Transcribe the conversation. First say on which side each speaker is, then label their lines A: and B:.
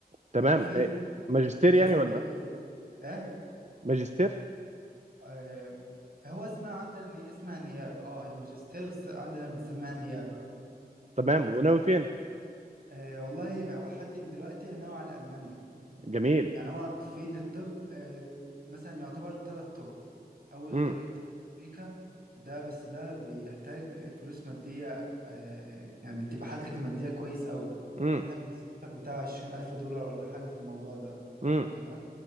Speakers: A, on the right (about 45°); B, on the right (about 65°).
A: تمام
B: يعني في
A: إيه ماجستير
B: كذا
A: يعني ولا
B: طريق كده ايه
A: ماجستير
B: آه، هو اسمها عندنا اسمها نيابة اه هي ماجستير بس عندنا بنسميها نيابة
A: تمام
B: تمام
A: وناوي فين
B: آه والله هو لحد دلوقتي انا ناوي على المانيا
A: جميل
B: يعني هو في للطب آه، مثلا يعتبر ثلاث طرق أول
A: امم
B: طريق طريق أمريكا ده بس ده بيحتاج فلوس مادية آه، يعني تبقى حالتك المادية كويس قوي
A: امم
B: لأنك بتصرف لك بتاع عشرين ألف دولار ولا حاجة في الموضوع ده
A: امم
B: تمام